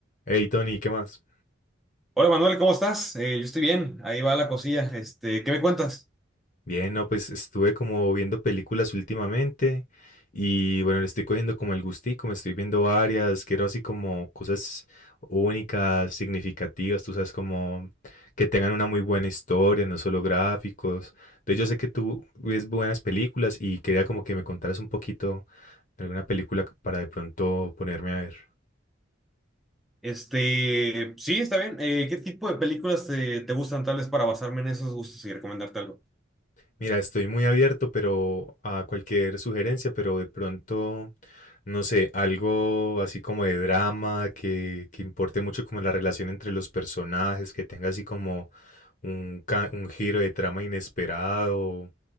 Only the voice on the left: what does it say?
Hey Tony, ¿qué más?
Bien, no, pues estuve como viendo películas últimamente y bueno, le estoy cogiendo como el gustico, me estoy viendo varias, quiero así como cosas únicas, significativas, tú sabes, como que tengan una muy buena historia, no solo gráficos. Entonces yo sé que tú ves buenas películas y quería como que me contaras un poquito de alguna película para de pronto ponerme a ver.
Mira, estoy muy abierto, pero a cualquier sugerencia, pero de pronto, no sé, algo así como de drama, que, que importe mucho como la relación entre los personajes, que tenga así como un, ca- un giro de trama inesperado